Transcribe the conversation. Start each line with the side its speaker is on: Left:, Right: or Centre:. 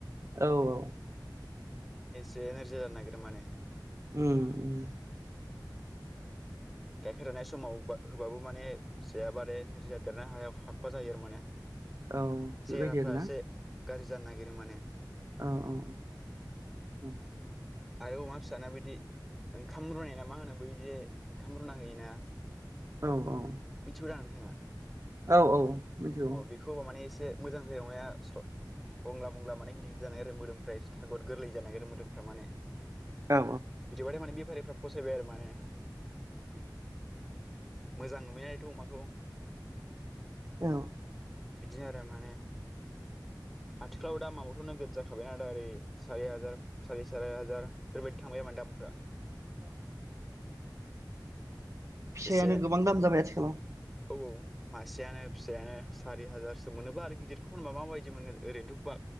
Right: औ औ
Centre: जे नोरजो जानो नागिरो माने
Right: उम उम
Centre: गाइखेर जानाय समाव बा होबाबो माने फियाबो आरोे नोरजिया देरनायाव हा हाखवा जायो आरो माने
Right: औ
Centre: सेहेराफ्रा
Right: बेबायदि आरो
Centre: एसे
Right: ना
Centre: गाज्रि जानो नागिरो माने
Right: औ औ औ ओं
Centre: आरो अमा फिसाना बिदि ओंखाम रुनाय ना मा होनो बदि ओंखाम रुना होयोना
Right: औ औ
Centre: मिथिगौदा नोंथाङा
Right: औ औ मिथिगौ
Centre: अ बिखौबो माने एसे मोजां जायो अमाया स्ल बंला बंला माने गिदिर गिदिर जानो नागिरो आरो मोदोमफ्रा एसे थागद गोरलै जानो नागिरो आरो मोदोमफ्रा माने
Right: औ
Centre: बिदिबाथाय माने बेफारिफोरा फसायबाय आरो माने मोजां नुयो थ अमाखौ
Right: औ
Centre: बिदिनो आरो माने आथिखालाव दा मावथो नों जाखा खाबायना आदा ओरै सारि हाजार साराय सारि हाजार बेफोरबायदि थांबाय आरो माने दामफोरा
Right: से
Centre: एसे
Right: आनो गोबां दाम जाब आथिखालाव
Centre: औ औ मासेयानो फिसायानो सारि हाजारसो मोनोबा आरो गिदिरखौ फानबा माबायदि मोनगोन ओरैनोथ